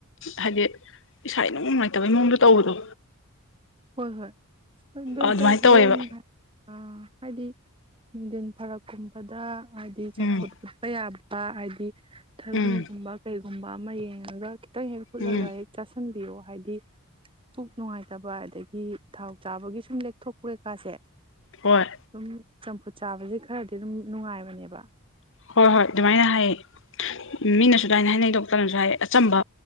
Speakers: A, on the left (about 60°); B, on the right (about 25°).
A: ꯍꯥꯏꯗꯤ ꯏꯁꯥ ꯏꯅꯨꯡ ꯅꯨꯡꯉꯥꯏꯇꯕꯩ ꯃꯑꯣꯡꯗ ꯇꯧꯕꯗꯣ
B: ꯍꯣꯏ ꯍꯣꯏ ꯇꯨꯝ ꯗꯣꯏ
A: ꯑꯗꯨꯃꯥꯏꯅ
B: ꯇꯧꯕ ꯑꯣꯢꯔꯝꯒꯅꯤ
A: ꯇꯧꯋꯦꯕ
B: ꯑ ꯍꯥꯏꯗꯤ ꯅꯨꯡꯗꯤꯟ ꯐꯔꯛꯀꯨꯝꯕꯗ ꯍꯥꯏꯗꯤ ꯆꯝꯐꯨꯠ
A: ꯎꯝ
B: ꯐꯨꯠꯄ ꯌꯥꯕ ꯍꯥꯏꯗꯤ ꯊꯕꯤꯒꯨꯝꯕ
A: ꯎꯝ
B: ꯀꯩ ꯨꯝꯕ ꯑꯃ ꯌꯦꯡꯉꯒ ꯈꯤꯇꯪ ꯍꯦꯛ ꯍꯨꯠꯂꯒ
A: ꯎꯝ
B: ꯍꯦꯛ ꯆꯥꯁꯤꯟ ꯄꯤꯑꯣ ꯍꯥꯏꯗꯤ ꯄꯨꯛ ꯅꯨꯡꯉꯥꯏꯇꯕ ꯑꯗꯒꯤ ꯒꯤ ꯊꯥꯎ ꯆꯥꯕꯒꯤ ꯁꯨꯝ ꯂꯦꯛꯊꯣꯛꯄ ꯀꯩꯀꯥꯁꯦ
A: ꯍꯣꯏ
B: ꯑꯗꯨꯝ ꯆꯝꯐꯨꯠ ꯆꯥꯕꯁꯦ ꯈꯔꯗꯤ ꯑꯗꯨꯝ ꯅꯨꯡꯉꯥꯏꯕꯅꯦꯕ
A: ꯍꯣꯏ ꯍꯣꯏ ꯑꯗꯨꯃꯥꯏꯅ ꯍꯥꯏꯌꯦ ꯃꯤꯅꯁꯨ ꯑꯗꯨꯃꯥꯏꯅ ꯍꯥꯏꯅꯩ ꯗꯣꯛꯇꯔꯅꯁꯨ ꯍꯥꯏ ꯑꯆꯝꯕ